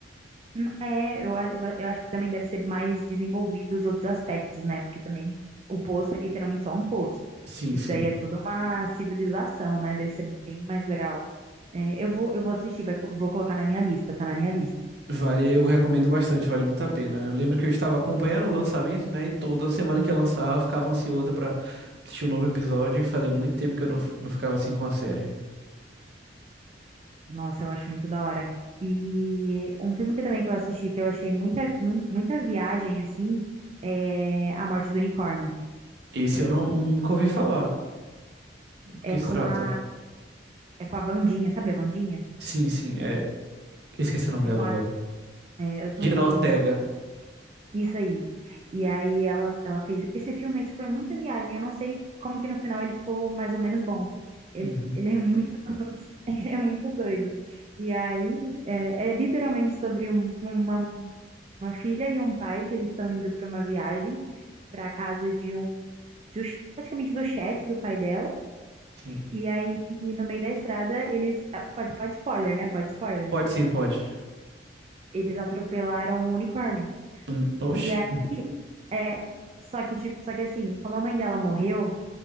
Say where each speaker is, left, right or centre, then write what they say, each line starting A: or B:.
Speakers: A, on the right (about 35°); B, on the right (about 65°).
A: Hum, É, eu, a- eu a- eu acho que também deve ser mais desenvolvido os outros aspectos, né? Porque também o poço é literalmente só um poço.
B: Sim,
A: Isso
B: sim.
A: daí é toda uma civilização, né? Deve ser bem mais legal. É, eu vou, eu vou assistir, vai co- vou colocar na minha lista, tá na minha lista.
B: Vale, eu recomendo bastante, vale muito a pena. Eu lembro que eu estava acompanhando o lançamento, né? E toda semana que ia lançar, eu ficava ansiosa pra assistir um novo episódio. E fazia muito tempo que eu não, f- não ficava assim com a série.
A: Nossa, eu acho muito da hora. E um filme que também que eu assisti, que eu achei muita, mu- muita viagem, assim, é A Morte do Unicórnio.
B: Esse eu não, nunca ouvi falar do
A: É
B: que se
A: com
B: trata.
A: a, é com a Wandinha, sabe a Wandinha?
B: Sim, sim. É, esqueci o nome
A: É
B: dela
A: com a,
B: agora.
A: é, eu também.
B: Jenna Ortega.
A: Isso aí. E aí ela, ela fez. Esse filme, é, tipo, é muita viagem. Eu não sei como que no final ele ficou mais ou menos bom. Ele,
B: Uhum,
A: ele é muito, <laughs> ele é muito doido. E aí é, é literalmente sobre um- uma, uma filha e um pai que eles estão indo para uma viagem para casa de um just, praticamente do chefe do pai dela.
B: sim.
A: E aí, no meio da estrada, eles. ah, Pode, pode spoiler, né? Pode spoiler.
B: Pode sim, pode.
A: Eles atropelaram um unicórnio.
B: Hum, oxe.
A: E aí, é, só que, tipo, só que assim, como a mãe dela morreu,